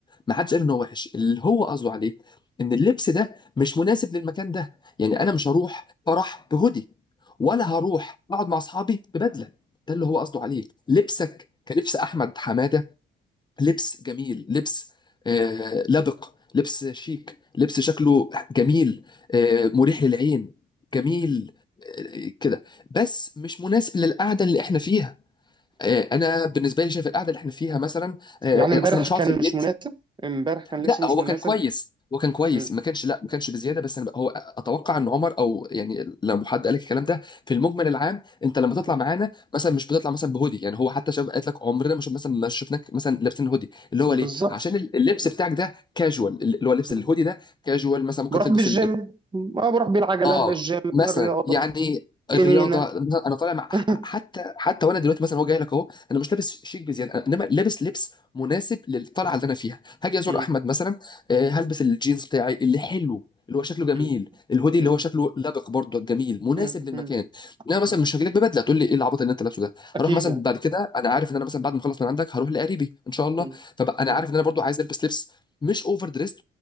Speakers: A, on the left (about 20°); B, on the right (about 25°).
A: ما حدش قال ان هو وحش اللي هو قصده عليه ان اللبس ده مش مناسب للمكان ده يعني انا مش هروح فرح بهودي ولا هروح اقعد مع اصحابي ببدله ده اللي هو قصده عليه لبسك كلبس احمد حماده لبس جميل لبس آه لبق لبس شيك لبس شكله جميل آه مريح للعين جميل آه كده بس مش مناسب للقعده اللي احنا فيها آه انا بالنسبه لي شايف القعده اللي احنا فيها مثلا آه
B: يعني امبارح
A: اصلا مش
B: كان
A: هقعد في البيت
B: مش مناسب امبارح كان
A: لا
B: لبسي مش
A: هو
B: مناسب
A: كان كويس هو كان كويس
B: مم.
A: ما كانش لا ما كانش بزياده بس أنا هو اتوقع ان عمر او يعني لو حد قال لك الكلام ده في المجمل العام انت لما تطلع
B: مم.
A: معانا مثلا مش بتطلع مثلا بهودي يعني هو حتى شباب قالت لك عمرنا ما شف- مثلا ما شفناك مثلا لابسين هودي اللي هو
B: بالظبط
A: ليه؟ عشان اللبس
B: مم.
A: بتاعك ده كاجوال اللي هو لبس
B: مم.
A: الهودي ده كاجوال مثلا ممكن
B: بروح
A: تلبس
B: بالجيم ما بروح بالعجلة
A: اه
B: الجيم
A: مثلا
B: الرياضة
A: يعني الرياضه
B: جنينة
A: انا طالع مع
B: <laughs>
A: حتى حتى وانا دلوقتي مثلا هو جاي لك اهو انا مش لابس شيك بزياده أنا- انما لابس لبس مناسب للطلعه اللي انا فيها هاجي ازور
B: مم.
A: احمد مثلا آه، هلبس الجينز بتاعي اللي حلو اللي هو شكله جميل
B: مم.
A: الهودي اللي
B: مم.
A: هو شكله لبق برضه جميل مناسب
B: مم.
A: للمكان
B: مم.
A: انا مثلا
B: مم.
A: مش هاجي لك ببدله تقول لي ايه العبط اللي انت لابسه ده
B: أكيد
A: هروح مثلا
B: يعني
A: بعد كده انا عارف ان انا مثلا بعد ما اخلص من عندك هروح لقريبي ان شاء الله
B: مم.
A: فبقى انا
B: مم.
A: عارف ان انا برضه عايز البس لبس مش اوفر دريست